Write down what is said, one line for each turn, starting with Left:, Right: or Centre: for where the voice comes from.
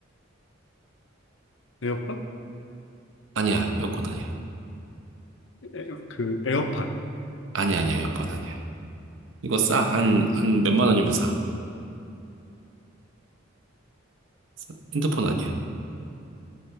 Left: 에어팟?
Right: 아니야, 에어컨 아니야.
Left: 에어, 그 에어팟.
Right: 아니야, 아니야, 에어팟 아니야. 이거 싸. 한, 한 몇만 원이면 싸. 싸. 핸드폰 아니야.